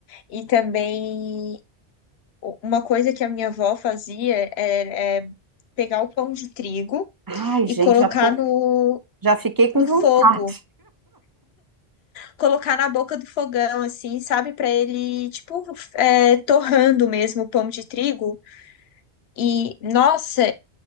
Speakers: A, on the left; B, on the right.
A: E também, u- uma coisa que a minha avó fazia era é pegar o pão de trigo.
B: Ai,
A: e
B: gente,
A: colocar
B: já tô,
A: no,
B: já fiquei com
A: no
B: vontade.
A: fogo, colocar na boca do fogão, assim, sabe? Pra ele, tipo, é, torrando mesmo o pão de trigo. E, nossa,